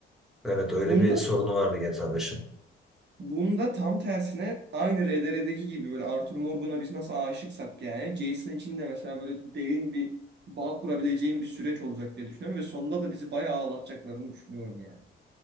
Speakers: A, in the centre; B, on the right.
A: evet, öyle
B: Bunda
A: bir sorunu vardı GTA 5'in.
B: Bunda tam tersine aynı RDR'deki gibi böyle Arthur Morgan'a biz nasıl aşıksak yani Jason için de mesela böyle derin bir bağ kurabileceğim bir süreç olacak diye düşünüyorum ve sonunda da bizi bayağı ağlatacaklarını düşünüyorum yani.